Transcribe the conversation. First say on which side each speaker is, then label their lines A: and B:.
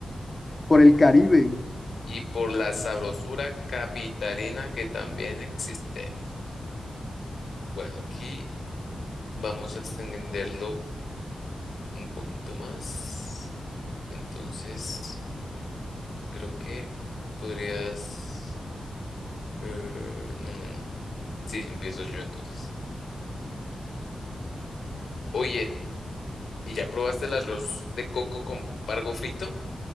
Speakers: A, on the left; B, on the left.
A: Por el Caribe.
B: y por la sabrosura capitalina que también existe. Bueno, aquí vamos a extenderlo un poquito más. Entonces, creo que podrías... eh, no, no, no. Sí, empiezo yo entonces. Oye, ¿y ya probaste el arroz de coco con pargo frito?